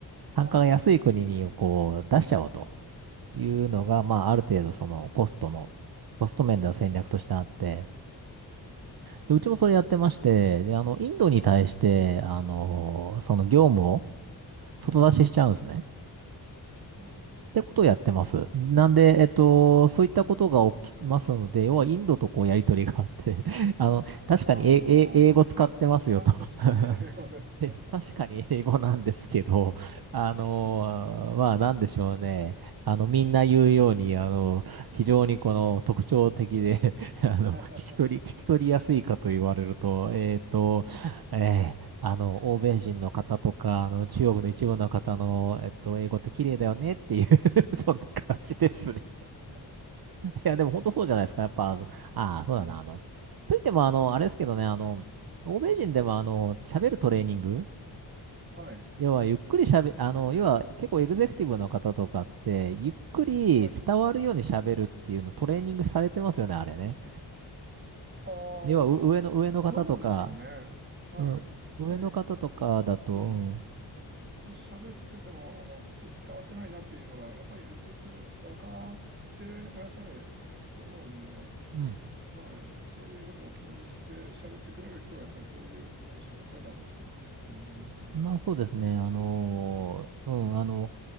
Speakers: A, on the right (about 55°); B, on the right (about 25°).
A: 単価が安い国にこう出しちゃおうと
B: ああ、なるほど。
A: いうのが、まあ、ある程度そのコストの、
B: うん、
A: コスト面での戦略としてあって、
B: うん、
A: で、うちもそれやってまして、で、あの、インドに対して、
B: うんはい、
A: あの、その業務を外出ししちゃうんですね。
B: はい。うん
A: ってことをやってます。なんで、えっと、そういったことが起きますので、要はインドとこうやりとりがあって、<laughs> あの、確かにええ英語使ってますよと
B: ああ、た、確かに英語ですよね。
A: <laughs> え <laughs> 確かに英語なんですけど、<laughs> あのまあなんでしょうね。
B: <laughs> あー、わかります。うん
A: あの、みんな言うように、あの、非常にこの特徴的で <laughs> あの、
B: <laughs>、は
A: 聞き取り、聞き取りやすいかと言われると、えっと、えーあの、欧米人の方とか、あの、中国の一部の方の、えっと、英語って綺麗だよねっていう <laughs> そんな感じですね。
B: い
A: いや、でも本当そうじゃないですか。やっぱ、そああ、そうだな、
B: うん、
A: あの、といっても、あの、あれですけどね、あの、欧米人でも、あの、喋るトレーニング
B: はい、
A: 要はゆっくりしゃべ、あの、要は結構エグゼクティブの方とかって、ゆっくり伝わるようにしゃべるっていうのトレーニングされてますよね、
B: はい。
A: あれね。
B: ああ、
A: 要はう上の、上の方とか、
B: そうでしょうね。はい。
A: うん、
B: やっぱり、
A: 上の方とかだと、
B: あの、うん。喋ってても、あの、伝わってないなっていうのが、やっぱり薄々分かっていらっしゃる <laughs> と思うんで、
A: うん。うん。
B: はい、そういうことを気にして喋ってくれる人は、やっぱりそういううん喋り方をしてくれると思いますよね。
A: まあそうですね、あの、
B: うん、
A: うん、あの、